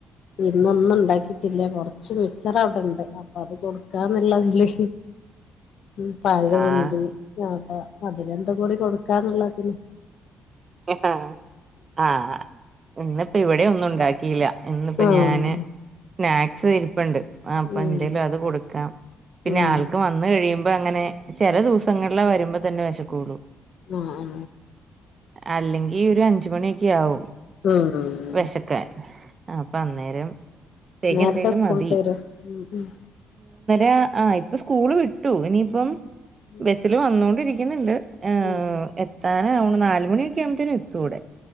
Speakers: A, on the left; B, on the right.
A: ഇന്നൊന്നു ഒണ്ടാക്കിട്ടില്ല കൊറച്ച് മിച്ചർ അവിടെണ്ട് അപ്പൊ അത് കൊടുക്കാന്നുള്ളതില് ഉം പഴവൊണ്ട്
B: ആഹ്
A: ആഹ് അത് രണ്ടും കൂടി കൊടുക്കാന്നുള്ളതിന്
B: ങാആഹ് ഇന്ന് ഇവിടെ ഒന്നും ഉണ്ടാക്കി ഇല്ല ഇന്നിപ്പോ
A: ആഹ്
B: ഞാന് സ്നാക്സ് ഇരിപ്പുണ്ട് അപ്പ
A: ഉം ഉം
B: എന്തേലും അത് കൊടുക്കാം പിന്നെ
A: ഉം
B: ആൾക്ക് വന്ന് കഴിയുമ്പോ അപ്പോം അങ്ങനെ ചില ദിവസങ്ങളില് വരുമ്പോ തന്നെ വെശക്കുള്ളൂ
A: ആഹ ആ
B: അല്ലെങ്കിൽ ഒരു അഞ്ചുമണിയൊക്കെ ആവുംും
A: ഉം
B: വിശക്കാൻ അപ്പൊ അന്നേരം ത്തേക്ക്
A: നേരത്തെ
B: എന്തേലും
A: സ്കൂൾട്ടരും.
B: മതി ഏ ആ ഇപ്പം സ്കൂള് വിട്ടു ഇനിയിപ്പം
A: ഉം
B: ബസില് വന്നൊണ്ടിരി ക്ക്‌ന്ന്‌ണ്ട്. ആ
A: ഉം
B: എത്താൻ ആ ഓന് നാല് ണിയൊക്കെ യാവുമ്പതേനും എത് ടെ